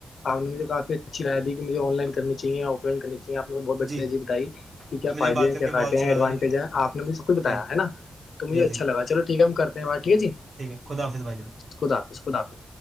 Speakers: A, on the left; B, on the right.
A: آپ نے مجھے کافی اچھی رائے دی کہ مجھے آن لائن کرنی چاہیے اور کرنیپ نے بہت بڑیای
B: جی
A: بتائی کہ کیا
B: جی مجھے
A: فائدے
B: بات
A: ہیں
B: کر
A: کیا
B: کے بہت
A: کٹے
B: اچھا
A: ہیں ایڈوانٹیج
B: لگا جی
A: آپ مھے سب کچھ بتایا
B: جی
A: ہے نا تو مجھ
B: جی جی
A: اچھا لگ چوٹھیک ہے کر ہیں ب ٹھیک جی
B: ٹھیک ہے خداحافظ
A: خدافظ خدافظ